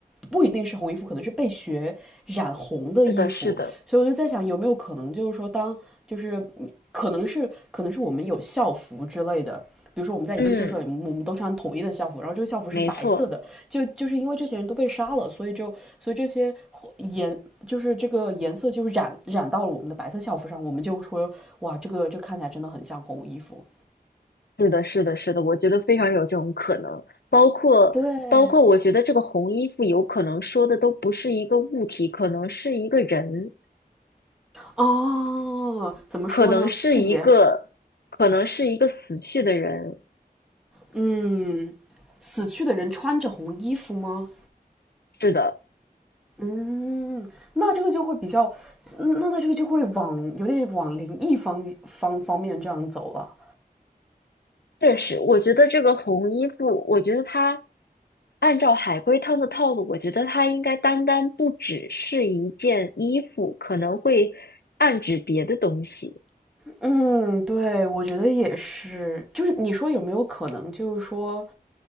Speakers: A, in the centre; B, on the left.
A: 不一定是红衣服，可能是被血染红的衣服，
B: 是的，是的，
A: 所以我就在想有没有可能就是说当就是可能是可能是我们有校服之类的，比如说我们在一个宿舍里，
B: 嗯，
A: 我们都穿统一的校服，然后这个校服是白色的，
B: 没错，
A: 就就是因为这些人都被杀了，所以就所以这些颜就是这个颜色就染染到了我们的白色校服上，我们就说哇，这个这看起来真的很像红衣服。
B: 是的，是的，是的，我觉得非常有这种可能。包括，
A: 对，
B: 包括，我觉得这个红衣服有可能说的都不是一个物体，可能是一个人，
A: 哦，怎么说呢？
B: 可能是一个，
A: 细节，
B: 可能是一个死去的人。
A: 嗯，死去的人穿着红衣服吗？
B: 是的，
A: 嗯，那这个就会比较，嗯那那这个就会往有点往灵异方方方面这样走了。
B: 确实，我觉得这个红衣服，我觉得它按照海龟汤的套路，我觉得它应该单单不只是一件衣服，可能会暗指别的东西。
A: 嗯，对，我觉得也是。就是你说有没有可能，就是说，